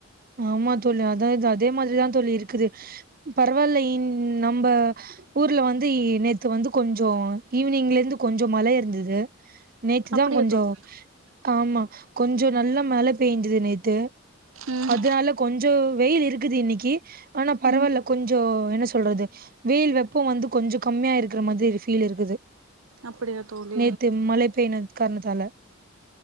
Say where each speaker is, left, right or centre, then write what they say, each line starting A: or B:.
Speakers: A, on the right; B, on the right.
A: ஆமா தொழி அதான்து அதே மாதிரிதான் தொழி இருக்குது பரவாயில்லை நம்ம ஊர்ல வந்து நேத்து வந்து கொஞ்சம் ஈவ்னிங்ல இருந்து கொஞ்சம் மழை இருந்தது நேத்து
B: அப்டியா
A: தான் கொஞ்சம்
B: தோழி
A: ஆமா கொஞ்சம் நல்லா மழை பெய்ஞ்சது நேத்து
B: ம்
A: அதனால கொஞ்சம் கொஞ்சம் வெயில் இருக்குது இன்னைக்கு ஆனா பரவாயில்ல
B: ம்
A: கொஞ்சம் என்ன சொல்றது வெயில் வெப்பம் வந்து கொஞ்சம் கம்மியா இருக்குற மாதிரி ஒரு ஃபீல் இருக்குது
B: அப்டியா தோழி
A: நேத்து மழை பெய்ன காரணத்தால